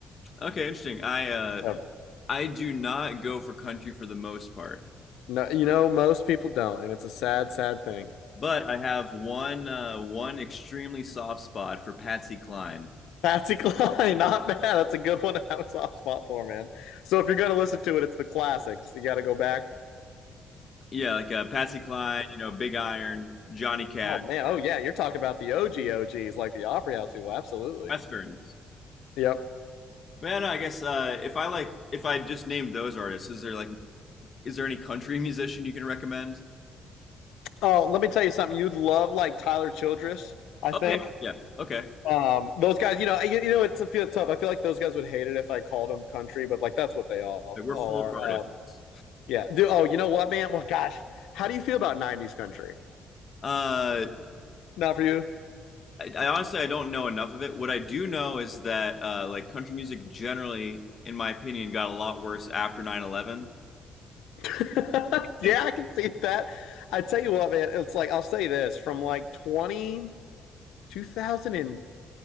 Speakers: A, on the left; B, on the left.
A: Okay, interesting. I uh,
B: Yep.
A: I do not go for country for the most part,
B: No, you know, most people don't, and it's a sad, sad thing.
A: but I have one uh, one extremely soft spot for Patsy Cline.
B: Patsy Cline, <laughs> not bad. That's a good one to have a soft spot for, man. So if you're gonna listen to it, it's the classics. You got to go back.
A: Yeah, like uh, Patsy Cline, you know, Big Iron, Johnny Cash,
B: Oh man, oh yeah, you're talking about the OG OGs, like the Opry House people. Absolutely.
A: Westerns.
B: Yep.
A: Man, I guess uh, if I like, if I just named those artists, is there like Is there any country musician you can recommend?
B: Oh, let me tell you something. You'd love like Tyler Childress, I
A: Oh
B: think.
A: yeah, yeah. Okay,
B: Um, those guys, you know, you, you know, it's a feel tough. I feel like those guys would hate it if I called them country, but like that's what they all,
A: we're
B: all
A: full
B: are.
A: of artists.
B: Um, yeah. Do, oh, you know what, man? Well, gosh, how do you feel about '90s country?
A: Uh,
B: Not for you.
A: I, I honestly I don't know enough of it. What I do know is that uh, like country music generally, in my opinion, got a lot worse after nine eleven.
B: <laughs> yeah,
A: Like,
B: I can see that. I tell you what, man, it's like I'll say this from like 20, 2000 and